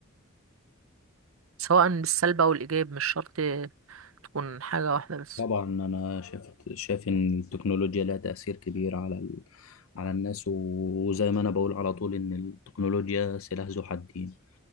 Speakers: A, on the right; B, on the left.
A: سواء بالسلب أو الإيجاب مش شرط تكون حاجة واحدة بس
B: طبعا أنا شايف شايف إن التكنولوجيا لها تأثير كبير على ال... على الناس و- وزي ما أنا بقول على طول إن التكنولوجيا سلاح ذو حدين